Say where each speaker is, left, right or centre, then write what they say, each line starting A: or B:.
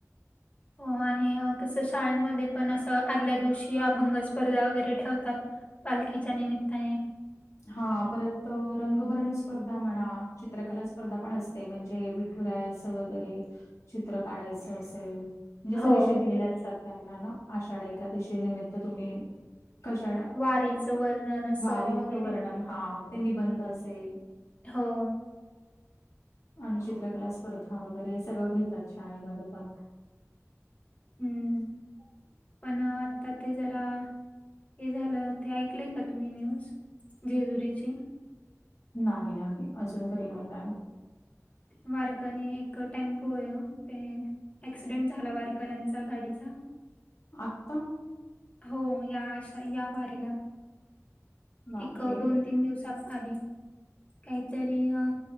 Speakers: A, on the left; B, on the left.
A: हो आणि कसं शाळांमध्ये पण असं आदल्या दिवशी अभंग स्पर्धा वगैरे ठेवतात. पालखीच्या निमित्ताने.
B: हा परत रंगभरण स्पर्धा म्हणा चित्रकला स्पर्धा पण असते ते म्हणजे विठुरायाचं वगैरे चित्र काढायचं असेल. जस
A: हो
B: विषय दिलेले असतात त्यांना ना आषाढा एकादशी निमित्त तुम्ही कशा
A: वारीचं वर्णन असं
B: वारीचं
A: वगैरे
B: वर्णन हा ते निबंध असेल.
A: हो.
B: आणि चित्रकला स्पर्धा वगैरे सगळं घेतात शाळेमध्ये पण, <inaudible>
A: हम्म पण आता ते जरा, हे झालं ते ऐकलंय का तुम्ही न्यूज जेजुरीची,
B: नाही नाही अजून तरी नाही काय.
A: ते वारकरी एक टेम्पो हो ते. अॅक्सिडेंट झाला वारीकरांचा गाडीचा
B: आता.
A: हो या आशा या वारीला.
B: बापरे!
A: एक दोन तीन दिवसा आधी. काहीतरी अ